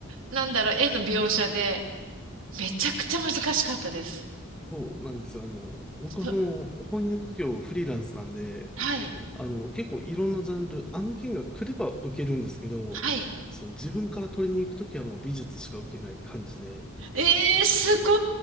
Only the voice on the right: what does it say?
なんだろう、絵の描写で、めちゃくちゃ難しかったです。
そ
はい、
はい。
えー、すご